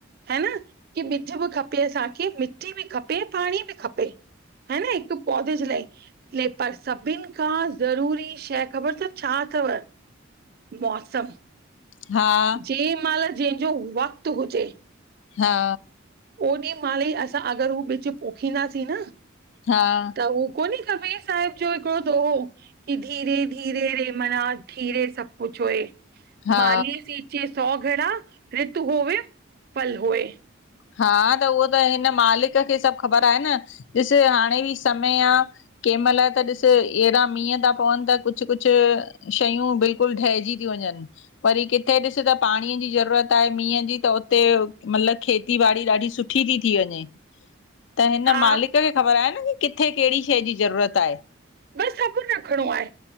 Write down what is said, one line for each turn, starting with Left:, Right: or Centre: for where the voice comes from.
Right: हा न की ॿिज बि खपे असांखे, मिट्टी बि खपे, पांणी बि खपे हा न हिकु पौधे जे लाइ पर सभिनि खां ज़रूरी शंएं ख़बर थव छा थव मौसमु।
Left: हा।
Right: जें महिल जंहिंजो वक़्तु हुजे
Left: हा।
Right: ओॾी महिल ई असां अगरि हू ॿिजु पोखींदासीं न
Left: हा।
Right: त हू कोन्हे कबीर साहिब जो हिकिड़ो दोहो की धीरे -धीरे रे मना धीरे सभु कुछु हुए
Left: हा
Right: माली सीचें सौ घङा, रितू होवे फल होए।
Left: हा त उहो त हिन मालिक खे सभु ख़बर आहे, न ॾिसु हाणे बि समय आ केहिमल त ॾिसु ऐड़ा मींहं ता पवनि त कुछु -कुछु शयूं बिल्कुलु ढहिजी त्यूं वंञंनि। वरी कित्थे ॾिसु त पांणीअ जी ज़रूरत आहे मींहं जी त उते मतिलबु खेत ती बाड़ी ॾाढी सुठी ती थी वंञे त हिन
Right: हा
Left: मालिक खे ख़बर आहे न की कित्थे केड़ी शंइ जी ज़रूरत आहे।
Right: बसि सबुर रखिणो आहे,